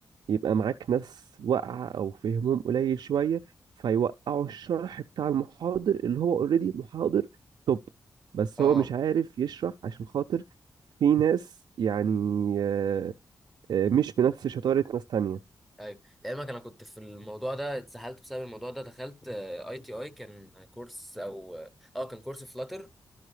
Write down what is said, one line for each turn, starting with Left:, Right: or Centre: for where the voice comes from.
Right: يبقى معاك ناس واقعة أو فهمهم قليل شوية فيوقعوا الشرح بتاع المحاضر اللي هو اوريدي محاضر توب بس
Centre: اه
Right: هو مش عارف يشرح عشان خاطر في ناس يعني آه، آه، مش بنفس شطارة ناس تانية
Centre: ايوه لعلمك انا كنت في الموضوع ده اتسحلت بسبب الموضوع ده دخلت اي تي اي كان كورس او اه كان كورس فلاتر